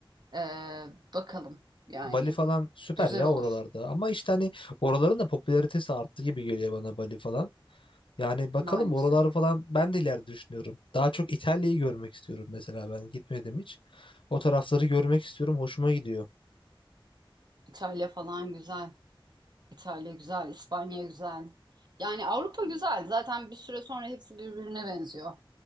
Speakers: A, on the right; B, on the left.
A: E, bakalım yani
B: Bali falan süper
A: güzel
B: ya
A: olur
B: oralarda. Ama işte hani oraların da popülaritesi arttı gibi geliyor bana Bali falan. Yani bakalım
A: maalesef.
B: oraları falan ben de ileride düşünüyorum. Daha çok İtalya'yı görmek istiyorum mesela ben gitmedim hiç. O tarafları görmek istiyorum. Hoşuma gidiyor.
A: İtalya falan güzel. İtalya güzel, İspanya güzel. Yani Avrupa güzel. Zaten bir süre sonra hepsi birbirine benziyor.